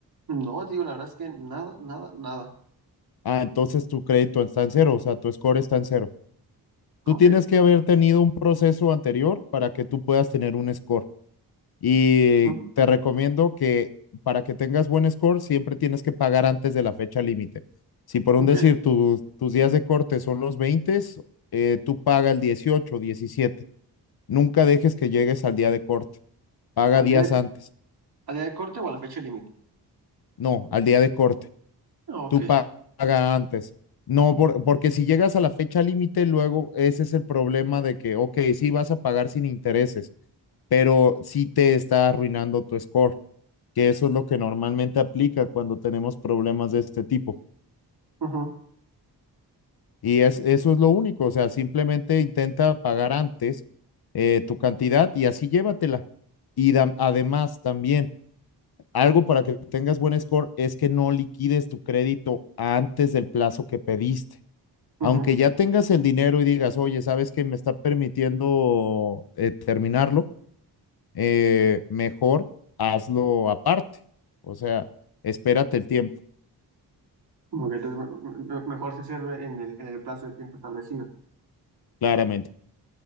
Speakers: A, on the right; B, on the left.
A: No, te digo, la verdad es que nada, nada, nada.
B: Ah, entonces tu crédito está en cero, o sea, tu score está en cero.
A: Ok.
B: Tú tienes que haber tenido un proceso anterior para que tú puedas tener un score. Y
A: Ujú,
B: te recomiendo que para que tengas buen score, siempre tienes que pagar antes de la fecha límite. Si por
A: Ok.
B: un decir tus tus días de corte son los 20, eh, tú paga el 18, 17. Nunca dejes que llegues al día de corte. Paga
A: ¿Al
B: días
A: día de,
B: antes.
A: al día de corte o a la fecha límite?
B: No, al día de corte.
A: Ok.
B: Tú pa- paga antes. No, por- porque si llegas a la fecha límite, luego ese es el problema de que, ok, sí vas a pagar sin intereses, pero sí te está arruinando tu score. que eso es lo que normalmente aplica cuando tenemos problemas de este tipo.
A: Ujú.
B: Y es, eso es lo único, o sea, simplemente intenta pagar antes eh, tu cantidad y así llévatela. Y da- además también, algo para que tengas buen score es que no liquides tu crédito antes del plazo que pediste.
A: Ujú.
B: Aunque ya tengas el dinero y digas, oye, ¿sabes que me está permitiendo eh, terminarlo? Eh, mejor hazlo aparte. O sea, espérate el tiempo,
A: Ok, entonces me- me- mejor se sirve en el, en el plazo de tiempo establecido.
B: claramente.